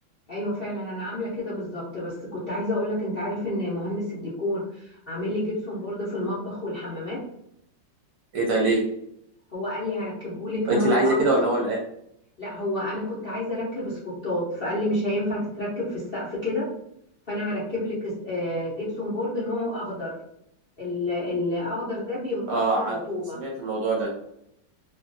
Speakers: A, on the left; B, on the right.
A: ايوه فعلا انا عامله كده بالظبط بس كنت عايزه اقول لك انت عارف ان مهندس الديكور عامل لي جبسون بورد في المطبخ والحمامات
B: ايه ده ليه
A: هو قال لي هركبه لك نوعه
B: انت اللي عايزه
A: اخضر
B: كده ولا هو اللي قال
A: لا هو انا كنت عايزه اركب سبوتات فقال لي مش هينفع تتركب في السقف كده فانا هركب لك س- آه، جبسون بورد نوعه اخضر ال- الاخضر ده بيمتص
B: اه
A: الرطوبه
B: ع- سمعت الموضوع ده